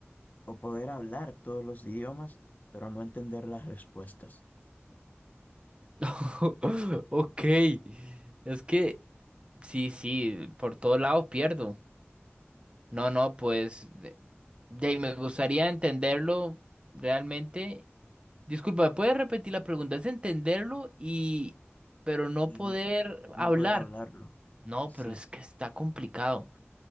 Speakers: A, on the left; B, on the right.
A: o poder hablar todos los idiomas, pero no entender las respuestas
B: <laughs> Ok, es que sí, sí, por todos lados pierdo. No, no, pues de, de ahí me gustaría entenderlo realmente. Disculpa, ¿puedes repetir la pregunta? Es entenderlo y, pero no
A: y
B: poder
A: no, no
B: hablar.
A: poder hablarlo.
B: No,
A: Sí,
B: pero es que está complicado.